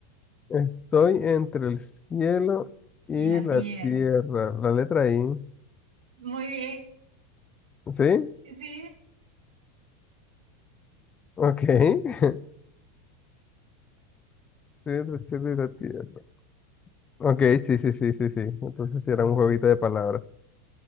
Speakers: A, on the left; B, on the right.
A: Estoy entre el cielo y
B: y la
A: la
B: tierra.
A: tierra. La letra I.
B: Muy bien.
A: ¿Sí?
B: Sí,
A: Ok. <laughs> Estoy entre el cielo y la tierra. Ok, sí, sí, sí, sí, sí. Entonces sí era un jueguito de palabras.